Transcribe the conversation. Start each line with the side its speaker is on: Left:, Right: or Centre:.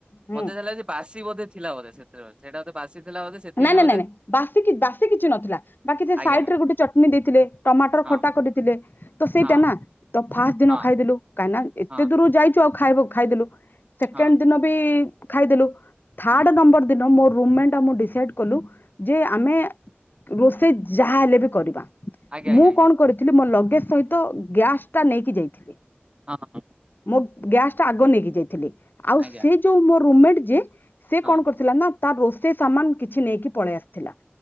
Left: ହୁଁ
Right: ମତେ ଯାହା ଲାଗୁଛି ବାସି ବୋଧେ ଥିଲା ବୋଧେ ସେ ସେଇଟା ବୋଧେ ବାସିଥିଲା ବୋଧେ ସେଥିପାଇଁ
Left: ନାଇଁ
Right: ବୋଧେ
Left: ନାଇଁ ନାଇଁ ବାସି କି ବାସି କିଛି ନଥିଲା ବାକି ସେ
Right: ଆଜ୍ଞା
Left: ସାଇଡ଼ରେ
Right: ଆଜ୍ଞା
Left: ଗୋଟେ ଚଟଣି ଦେଇଥିଲେ ଟମାଟର
Right: ହଁ
Left: ଖଟା କଡିଥିଲେ ତ ସେଇଟା
Right: ହଁ
Left: ନା ତ ଫାଷ୍ଟ ଦିନ
Right: ହଁ
Left: ଖାଇଦେଲୁ କାହିଁକି ନା ଏତେ
Right: ହଁ
Left: ଦୂରରୁ ଯାଇଛୁ ଆଉ ଖାଇବ ଖାଇଦେଲୁ ସେକେଣ୍ଡ
Right: ହଁ
Left: ଦିନ ବି ଖାଇଦେଲୁ ଥାର୍ଡ
Right: ହୁଁ
Left: ନମ୍ବର ଦିନ ମୋର ରୁମ୍ ମେଟ୍ ଆଉ ମୁଁ ଡି ଡିସାଇଡ଼୍ କଲୁ ଯେ ଆମେ
Right: ହୁଁ
Left: ରୋଷେଇ ଯାହା ହେଲେ ବି କରିବା।
Right: ଆଜ୍ଞା ଆଜ୍ଞା
Left: ମୁଁ
Right: ଆଜ୍ଞା
Left: କଣ କରିଥିଲି ମୋ ଲଗେଜ ସହିତ ଗ୍ୟାସ ଟା
Right: ହୁଁ,
Left: ନେଇକି ଯାଇଥିଲି
Right: ହଁ।
Left: ମୋ ଗ୍ୟାସ ଟା ଆଗ ନେଇକି ଯାଇଥିଲି ଆଉ
Right: ଆଜ୍ଞା
Left: ସେ ଯୋଉ ମୋ ରୋମେଟ ଯିଏ ସେ
Right: ହଁ
Left: କଣ କରିଥିଲା ନା ତା ରୋଷେଇ ସାମାନ କିଛି ନେଇକି ପଳେଇ ଆସିଥିଲା